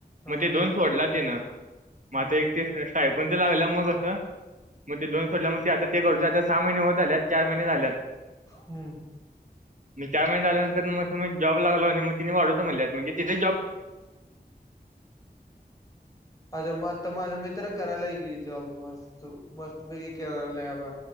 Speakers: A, on the left; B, on the right.
A: हा
B: मग ते दोन सोडला तेनं
A: हम्म
B: मग आता
A: हम्म
B: एक ते स्टाईपण ते लागल्या मग असं मग ते दोन सोटल्याग ते आता ते करत आता सहा महिने होत आलेत चार महिने झाल्यात
A: हम्म
B: रिटायर्डमेंट झाल्यानंतर म <inaudible> जॉब लागला <unintelligible>
A: अजे मग आता माझा मित्र करायलाय की जॉब मस्त मस्तपैकी करायलाय अबा